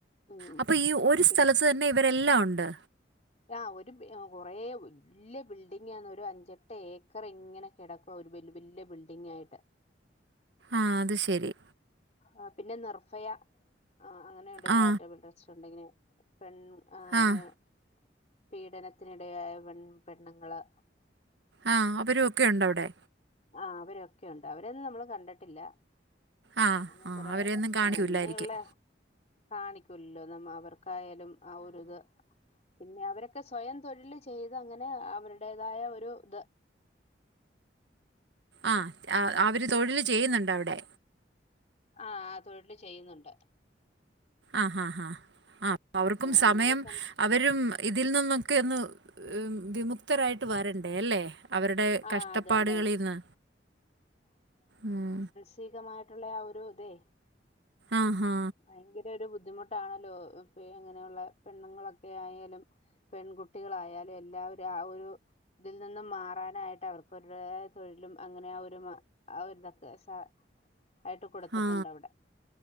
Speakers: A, on the left (about 40°); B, on the right (about 70°).
A: ഉം
B: അപ്പൊ ഈ ഒരു
A: പിൻ
B: സ്ഥലത്ത് തന്നെ ഇവരെല്ലാം ഉണ്ട്
A: ആ ഒരു കൊറേ വല്ല്യ ബിൽഡിംഗ് ആണ് ഒരു അഞ്ചെട്ട് ഏക്കർ ഇങ്ങനെ കെടക്കും ഇപ്പൊ ഒരു വല് വല്ല്യ ബിൽഡിംഗ് ആയിട്ട്
B: ആഹ് അത് ശരി
A: ആ പിന്നെ നിർഫയ അങ്ങനെയുണ്ട്
B: ആ
A: ചാരിറ്റബിൾ ട്രസ്റ്റ് ഉണ്ടെങ്ങനെ പെൺ ആ
B: ആഹ്
A: അങ്ങനെ പീഡനത്തിനിടയായ പെൺ പെണ്ണ്ങ്ങള്
B: ആഹ് അവരു ക്കെണ്ട് അവിടെ
A: ആഹ് അവരൊക്കെ ഉണ്ട് അവരൊന്നും നമ്മൾ കണ്ടിട്ടില്ല.
B: ആ
A: അനെ
B: ആ
A: കൊറെ
B: അവരെയൊന്നും കാണിക്കൂല്ലായിരിക്കും
A: ആഹ് അങ്ങനെയുള്ള കാണിക്കൂലല്ലോ നമ്മ അവർക്കായാലും ആ ഒരുരിത് പിന്നെ അവരൊക്കെ സ്വയം തൊഴിൽ ചെയ്ത് അങ്ങനെ അവരുടേതായ ഒരു ഇത്
B: ആഹ് അവര് തൊഴിൽ ചെയ്യുന്നുണ്ട് അവിടെ.
A: ആഹ് തൊഴില് ചെയ്യുന്നുണ്ട്.
B: ആഹ് ഹാ ഹാ ആ അവർക്കും
A: അങ്ങനെ
B: സമയം
A: സം
B: അവരും ഇതിൽ നിന്നൊക്കെ ഒന്ന് വിമുക്തരായിട്ട് വരണ്ടേ അല്ലേ? അവരുടെ
A: ആ
B: കഷ്ടപ്പാടുകളിന്ന്
A: അതന്നെ
B: മ്
A: സീകമായിട്ടുള്ള ആ ഒരു ഇതേ
B: ആഹ് ഹാ
A: ഭയങ്കര ഒരു ബുദ്ധിമുട്ടാണല്ലോ പ്പയങ്ങനെയുള്ള പെണ്ണുങ്ങളൊക്കെ ആയാലും പെൺകുട്ടികളായാലും എല്ലാവരും ആ ഒരു ഇതിൽ നിന്ന് മാറാനായിട്ട് അവർക്കരുതായ തൊഴിലും അങ്ങനെ ആ ഒരു മ ആ ഒരിതൊക്കെ സ ആയിട്ട് കൊടുത്തിട്ടുണ്ട്
B: ആ
A: അവിടെ